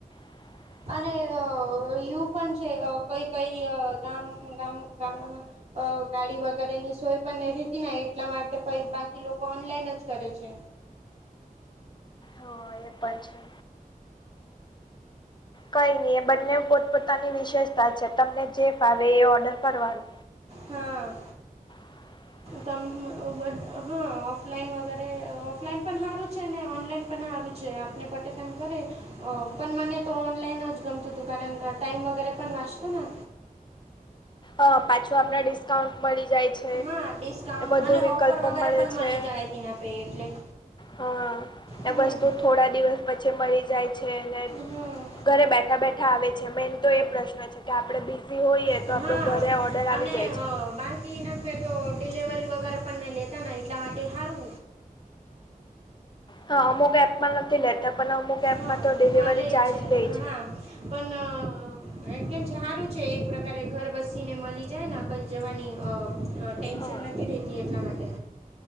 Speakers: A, on the left; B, on the right.
A: <inaudible>
B: અને યુ પણ છે આ કઈ કઈ આ ગામ ગામ ગામડામાં અ ગાડી વગેરેની સોય પણ નહી રહેતી ને એટલા માટે બાકી લોકો ઓનલાઈન જ કરે છે.
A: હા એ પણ છે. કઈ નઈ એ બંને પોતપોતાની વિશેષતા છે તમને જે ફાવે એ ઓર્ડર કરવાનો.
B: હા.
A: <inaudible>
B: તમ આ વા હા ઓફલાઈન વગેરે ઓફલાઈન પણ હારુ છે ને ઓનલાઈન પણ હારુ છે આપને પટે તેમ કરે આ પણ મને તો ઓનલાઈન જ ગમતું હતું કારણ ટાઈમ વગેરે પણ વાંચતું ને.
A: હા પાછું આપડે ડિસ્કાઉન્ટ મળી જાય છે.
B: હા ડિસ્કાઉન્ટ
A: વધુ
B: અને
A: વિકલ્પો
B: ઓફર વગેરે
A: મળે
B: પણ મળી
A: છે
B: જાય તેના પે એટલે.
A: હા ને
B: હમ
A: વસ્તુ થોડા દિવસ પછી મળી જાય. છે ને
B: હમ
A: ઘરે બેઠા બેઠા આવે છે મેન તો એ પ્રશ્ન છે કે આપણે બિઝી હોઈએ
B: હા
A: આપડો ઘરે ઓર્ડર
B: અને
A: આવી જાય છે.
B: અ, બાકી નફે તો ડિલિવરી વગેરે પણ નહીં લેતા ને એટલા માટે હારુ.
A: હા અમુક એપમાં નથી લેતા પણ અમુક એપમાં
B: હા
A: તો ડિલિવરી
B: મળે
A: ચાર્જ લે છે.
B: હા પણ આ એમ કેમ છે હારુ છે એક પ્રકારે ઘર બસીને મળી જાયને કઈ જવાની આ અ ટેન્શન
A: હા
B: નથી રહેતી એટલા માટે.